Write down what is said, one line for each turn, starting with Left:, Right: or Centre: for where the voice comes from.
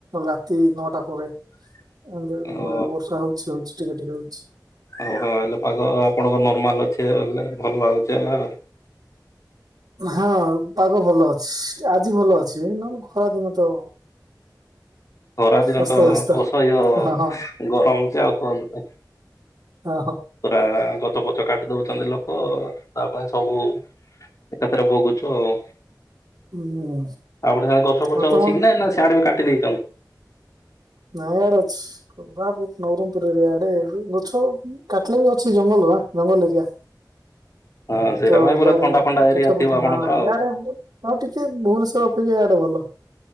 Right: ରାତି ନଅଟା ପରେ।
Left: <inaudible>
Right: ଏମିତି
Left: ଓ
Right: ଭଳିଆ ବର୍ଷା ହଉଛି ହଉଛି ଟିକେ ଟିକେ ହଉଛି
Left: ଆଉ ହ ହେଲେ ପାଗ ଆପଣଙ୍କ ନର୍ମାଲ ଅ ସେ ଭଲ ଲାଗୁଛି ହେଲେ
Right: ହଁ ପାଗ ଭଲ ଅ ଆଜି ଭଲ ଅଛି ନହେଲେ ଖରାଦିନ ତ
Left: ଖରାଦିନ
Right: ଅସ୍ତବ୍ୟସ୍ତ
Left: ତ ଅସହ୍ୟ
Right: ହଁ ହଁ
Left: ଗରମ ଯେ ଆଉ କୁହନ୍ତୁ ନାଇଁ।
Right: ହଁ ହଁ
Left: ପୁରା ଗଛ ଫଛ କାଟି ଦଉଛନ୍ତି ଲୋକ ତା ପାଇଁ ସବୁ ଏକାଥରେ ଭୋଗୁଛୁ ଆଉ
Right: ହୁଁ
Left: ଆଉ ଗୋଟେ ସେ ଗଛ ଫଛ
Right: ଆଉ ତମ
Left: ଅଛି କି ନା ନା ସିଆଡେ ବି କାଟିିଦେଇ
Right: ନାଇଁ ଆଡେ ଅଛି କୋରାପୁଟ ନବରଙ୍ଗପୁର ଏରେଆଡେ ଗଛ କାଟିଲେ ବି ଅଛି ଜଙ୍ଗଲ ବା ଜଙ୍ଗଲ ଏରିଆ
Left: ହଁ ସେଇଟା
Right: ତ
Left: ପାଇଁ
Right: ଇଆଡେ
Left: ପୁରା ଥଣ୍ଡା ଫଣ୍ଡା ଏରିଆ
Right: ଗଛ
Left: ଥିବ
Right: ଫଛ
Left: ଆପଣଙ୍କର
Right: ହଁ
Left: ଆଉ
Right: ଇଆଡେ ଆ ଟିକେ ଭୁବନେଶ୍ଵର ଅପେକ୍ଷା ଇଆଡେ ଭଲ।